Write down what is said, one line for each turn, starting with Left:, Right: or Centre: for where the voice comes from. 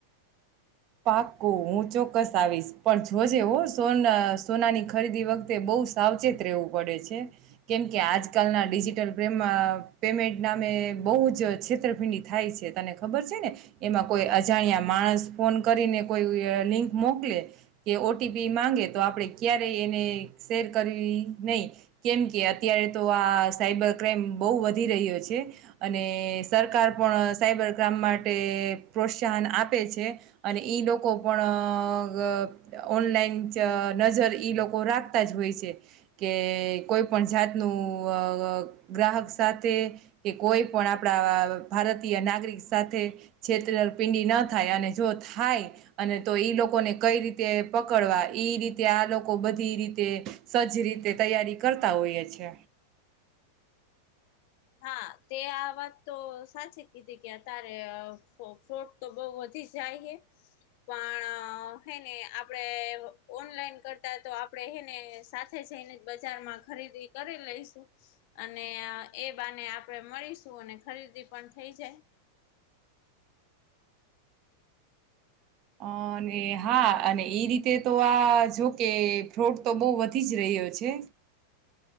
Right: પાકું હું ચોક્કસ આવીશ પણ જોજે હો સોન સોનાની ખરીદી વખતે બ‌ઉ સાવચેત રહેવું પડે છે કેમકે આજકાલના ડિજીિટલ પેમ પેમેન્ટ નામે બ‌ઉ જ છેતર પિંડી થાય છે તને ખ ખબર છે ને એમાં કોઈ અજાણ્યા માણસ ફોન કરીને કોઈ લિંક મોકલે કે ઓટીપી માંગે તો આપણે ક્યારેય એને શેર કરવી નહી કેમકે અત્યારે તો આ સાયબર ક્રાઈમ બહુ વધી રહ્યો છે અને સરકાર પણ સાયબર ક્રાઈમ માટે પ્રોત્સાહન આપે છે અને ઈ લોકો પણ અ ગ ઓનલાઈન નજર ઈ લોકો રાખતા જ હોય છે કે કોઈ પણ જાતનું ગ્રાહક સાથે કે કોઈ પણ આપણા ભારતીય નાગરિક સાથે છેતપિંડી ન થાય અને જોત થાય અને તો ઈ લોકોને કઈ રીતે પકડવા ઈ રીતે આ લોકો બધી રીતે સજ્જ રીતે તૈયારી કરતા હોઈએ છે
Left: હા તે આ વાત તો સાચી કીધી કે અત્યારે ફ્રોટ તો બઉ વધી જાય છે પણ હેને આપણેે ઓનલાઈન કરતા તો આપણે હને સાથે જઈને બજારમાં ખરીદી કરી લઈશું અને એ બાને આપણે મળીશું અને ખરીદી પણ થઈ જાય
Right: અ અને હા અને એ રીતે તો આ જો કે ફ્રોડ તો બહુ વધી જ રહ્યો છે